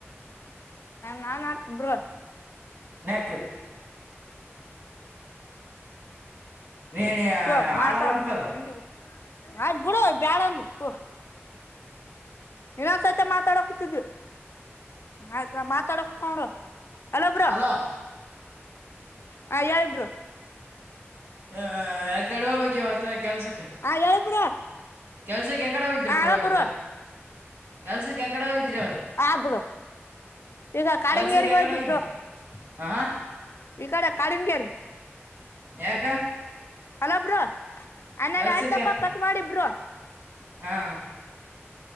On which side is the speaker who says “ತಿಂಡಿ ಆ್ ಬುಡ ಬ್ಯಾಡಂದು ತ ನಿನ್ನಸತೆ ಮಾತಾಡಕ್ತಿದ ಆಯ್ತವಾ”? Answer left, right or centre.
Left